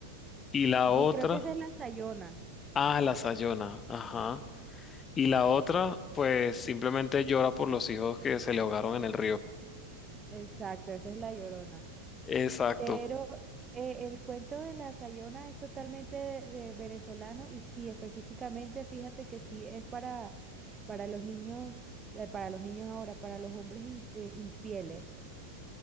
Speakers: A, on the left (about 25°); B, on the right (about 20°).
A: y la
B: Y
A: otra
B: creo que esa es la Sayona.
A: a la Sayona, ajá. Y la otra, pues simplemente llora por los hijos que se le ahogaron en el río.
B: Exacto, esa es la Llorona.
A: Exacto.
B: Pero eh, el cuento de la Sayona es totalmente de, de venezolano y sí, específicamente, fíjate que sí es para, para los niños, eh, para los niños ahora, para los hombres in- eh, infieles.